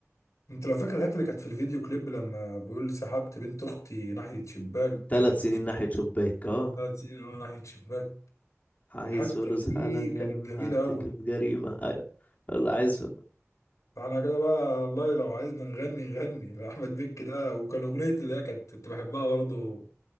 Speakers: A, on the left; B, on the left.
A: أنت لو فاكر الحتة اللي كانت في الفيديو كليب لما بيقول سحبت بنت أختي ناحية شباك
B: ثلاث
A: يعني
B: سنين
A: مش فاكر
B: ناحيه شباك اه
A: ثلاث سنين أه ناحية شباك
B: عايز
A: الحتة
B: فلوس
A: دي
B: حالا
A: كانت
B: يا اما
A: جميلة
B: هرتكب
A: أوي
B: جريمه ايوه والله عايز فلوس.
A: فاحنا كده بقى والله لو عايزنا نغني نغني لأحمد مكي ده وكان أغنية اللي هي كانت كنت بحبها برضه